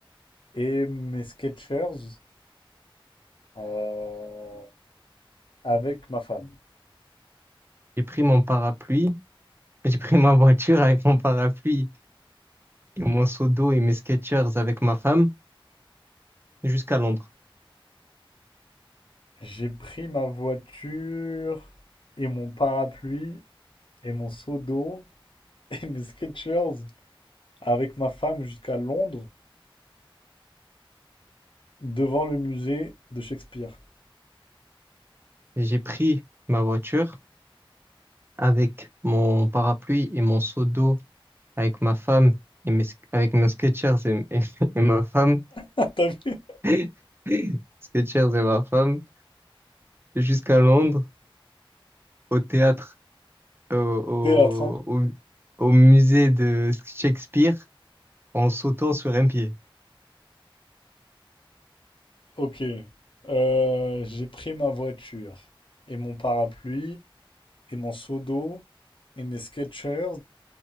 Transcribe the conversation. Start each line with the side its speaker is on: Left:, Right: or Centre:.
Left: et mes Skechers euh, avec ma femme.
Right: J'ai pris mon parapluie, <laughs> j'ai pris ma voiture avec mon parapluie et mon seau d'eau et mes Skechers avec ma femme jusqu'à Londres.
Left: J'ai pris ma voiture et mon parapluie et mon seau d'eau <laughs> et mes Skechers avec ma femme jusqu'à Londres devant le musée de Shakespeare. <laughs>
Right: J'ai pris ma voiture avec mon parapluie et mon seau d'eau avec ma femme et mes, avec mes Skechers et, et, <laughs> et ma femme.
Left: Ah, T'as vu?
Right: <laughs> Skechers et ma femme jusqu'à Londres, au théâtre, au, au,
Left: Théâtre, hein?
Right: au- au musée de Shakespeare, en sautant sur un pied.
Left: Ok. Euh, j'ai pris ma voiture et mon parapluie et mon seau d'eau et mes Skechers